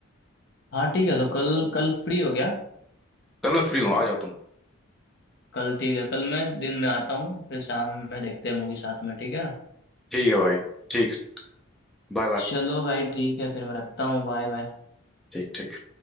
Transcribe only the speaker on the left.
हाँ ठीक है तो कल कल फ्री हो गया
कल ठीक है कल मैं दिन में आता हूँ फिर शाम में देखते हैं मूवी साथ में ठीक है
चलो भाई ठीक है फिर मैं रखता हूँ बाय बाय